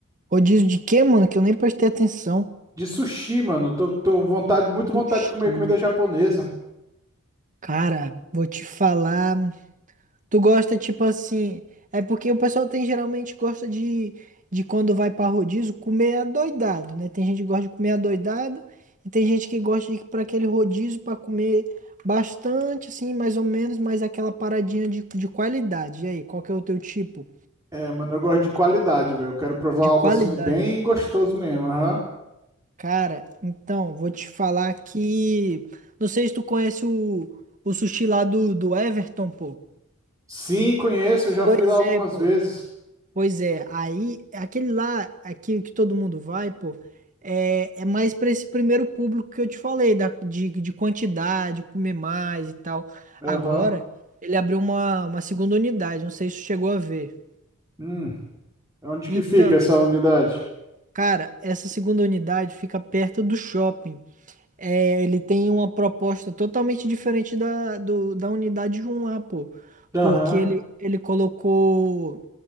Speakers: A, on the right; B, on the right.
A: rodízio de quê, mano? Que eu nem prestei atenção.
B: De sushi, mano. Tô, tô vontade, muito vontade
A: Sushi.
B: de comer comida japonesa.
A: Cara, vou te falar. Tu gosta, tipo assim. É porque o pessoal tem geralmente gosta de, de quando vai pra rodízio comer adoidado, né? Tem gente que gosta de comer adoidado e tem gente que gosta de ir pra aquele rodízio pra comer bastante, assim, mais ou menos, mas aquela paradinha de, de qualidade. E aí, qual que é o teu tipo
B: É, mano, eu gosto de qualidade, velho. Eu quero provar
A: de
B: algo
A: qualidade?
B: assim bem gostoso mesmo, aham.
A: Cara, então, vou te falar que. Não sei se tu conhece o, o sushi lá do, do Everton, pô.
B: Sim, conheço, eu já
A: Pois
B: fui lá algumas
A: é, pô.
B: vezes.
A: Pois é. Aí, aquele lá, aqui que todo mundo vai, pô, é, é mais pra esse primeiro público que eu te falei, da, de, de quantidade, comer mais e tal.
B: Aham.
A: Agora, ele abriu uma, uma segunda unidade, não sei se tu chegou a ver.
B: Hum, onde
A: Então,
B: que fica essa unidade?
A: cara, essa segunda unidade fica perto do shopping. É, ele tem uma proposta totalmente diferente da, do, da unidade 1 lá, pô.
B: Aham,
A: Porque ele, ele colocou